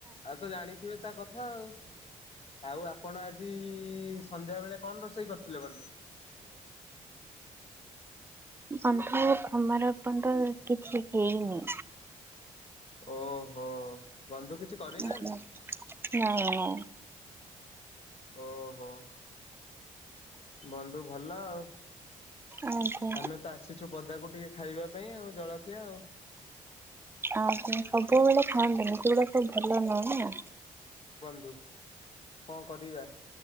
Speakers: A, on the left; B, on the right.
A: ଆଉ ତ ଜାଣିଥିବେ ତା କଥା ଆଉ ଆଉ ଆପଣ ଆଜିଇ ସନ୍ଧ୍ୟାବେଳେ କଣ ରୋଷେଇ କରିଥିଲେ ବନ୍ଧୁ
B: ଅନ୍ଧୁ ଖମାର ଏପନ୍ତ କିଛି ହେଇନି।
A: ଓହୋ ବନ୍ଧୁ କିଛି କରିନାହାନ୍ତି।
B: ଆଜ୍ଞା। ନାଇଁ ନାଇଁ
A: ଓହୋ ବନ୍ଧୁ ଭଲ ଆଉ
B: ଆଜ୍ଞା
A: ଆମେ ତ ଆସିଛୁ ପଦାକୁ ଟିକେ ଖାଇବା ପାଇଁ ଆଉ ଜଳଖିଆ ଆଉ।
B: ଆସେ ସବୁବେଳେ ଖାଆନ୍ତି ନି ସେୁଗୁଡା ସବୁ ଭଲ ନୁହେଁ ନା।
A: ଦୋଉ କଣ କରିବା